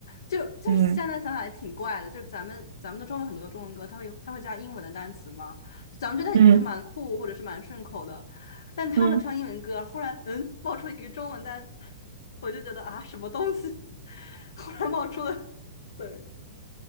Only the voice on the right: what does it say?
嗯
嗯
嗯，